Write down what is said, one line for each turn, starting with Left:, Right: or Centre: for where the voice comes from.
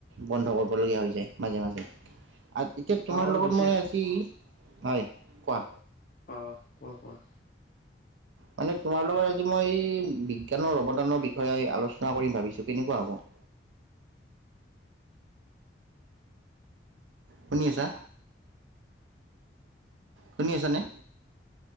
Right: বন্ধ কৰিবলগীয়া হৈ যায় মাজে -মাজে আ এতিয়া তোমাৰ
Left: পাৱাৰ
Right: লগত
Left: বেছি
Right: মই আজি হয়, কোৱা?
Left: অহ, কোৱা- কোৱা।
Right: মানে তোমাৰ লগত আজি মই বিজ্ঞানৰ অৱদানৰ বিষয়ে আলোচনা কৰিম ভাবিছোঁ কেনেকুৱা হ'ব? <inaudible> <inaudible> শুনি আছা? শুনি আছানে?